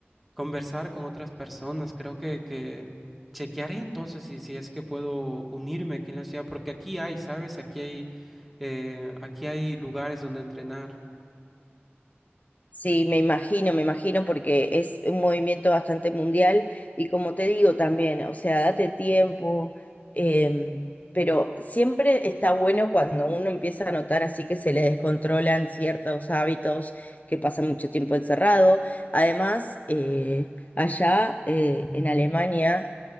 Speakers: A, in the centre; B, on the left.
A: conversar con otras personas. Creo que, que chequearé entonces si, si es que puedo unirme aquí en la ciudad, porque aquí hay, ¿sabes? Aquí hay, eh, aquí hay lugares donde entrenar.
B: Sí, me imagino, me imagino, porque es un movimiento bastante mundial y como te digo también, o sea, date tiempo, em, pero siempre está bueno cuando uno empieza a notar así que se le descontrolan ciertos hábitos, que pasa mucho tiempo encerrado. Además, eh, allá eh, en Alemania